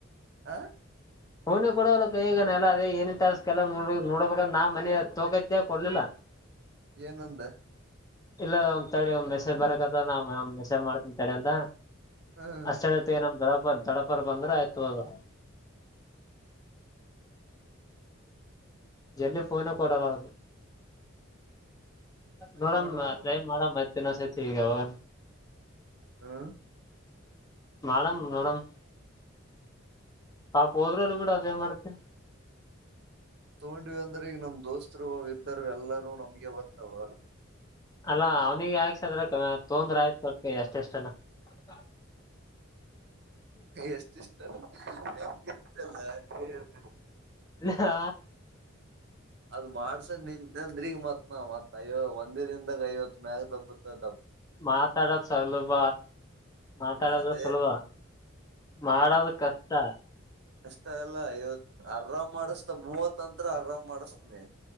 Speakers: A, on the right (about 55°); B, on the left (about 20°).
A: ಆ
B: ಫೋನ್ ಕೊಡವಲ ಕೈಗೆ ನ ಎಲ್ಲಾ ಅದೇ ಏನೇನ್ ಟಾಸ್ಕ್ ಎಲ್ಲಾ ನೋಡಿ ನೋಡಬೇಕಂದ ನಾ ಮನೆ ತಗೋಕತ್ಯ ಕೊಡ್ಲಿಲ್ಲ.
A: ಏನಂದ
B: ಇಲ್ಲ ಒಂದ್ ತಡಿ ಒಂದ ಮೆಸೇಜ್ ಬರಕತ್ತದ ನಾ ಒಂದ ಮೆಸೇಜ್ ಮಾಡ್ತನಿ ತಡಿ ಅಂದ
A: ಹ್ಮ
B: ಅಷ್ಟತ್ತ ನಮ್ಮ ದೊಡ್ಡಪ್ಪ ಬಂದ್ ದೊಡ್ಡಪ್ಪರ್ ಬಂದ್ರೆ ಆಯ್ತ್ ಹೋಗು. <inaudible> ಜಲ್ದಿ ಫೋನು ಕೊಡಲ್ಲ ಅವನು
A: ಹಂಗ್
B: ನೋಡಮ
A: ಮಾಡ್ಬೇಕ
B: ಟ್ರೈ ಮಾಡನ ಮತ್ತ ಇನ್ನೊಂದ್ ಸತಿ ಈಗ್ ಯಾವಾಗ
A: ಹಾ
B: ಮಾಡಮ್ ನೋಡಮ ಪಾಪ್ ಹೋದ್ರಲ್ಲ ಬಿಡ ಅದೇನ್ ಮಾಡ್ತಿ.
A: ತಗೊಂಡ್ವಿ ಅಂದ್ರೆ ಈಗ ನಮ್ ದೋಸ್ತರು ಅವ ಇರ್ತಾರೆ ಎಲ್ಲರೂ ನಮ್ಗೆ ಬರ್ತಾವ.
B: ಅಲ್ಲಾ ಅವ್ನಿಗೆ ಯಾಕ್ಸದ್ರ ತೊಂದ್ರ ಆಯ್ತು <unintelligible>
A: ಎಷ್ಟಿಷ್ಟ <unintelligible>
B: ಆ
A: ಅದ್ ಮಾಡ್ಸಕ್ ನಿಂತ್ ಅಂದ್ರೀಗ್ ಮತ್ನಾ ಮತ್ ಅಯ್ಯೋ ಒಂದೇ ದಿನದಾಗ ಐವತ್ ಮ್ಯಾಗ ದಬ್ಬತ್ದ
B: ಮಾತಾಡೋದ್ ಸುಲಭ ಮಾತಾಡೋದ
A: ಅದೇ
B: ಸುಲಭ ಮಾಡೋದ ಕಷ್ಟ.
A: ತ ಎಲ್ಲ ಐವತ್ತು ಆರಾಮ್ ಮಾಡಿಸ್ತ ಮೂವತ್ಂತ್ರ ಅರ ಮಾಡುಸ್ತೀನಿ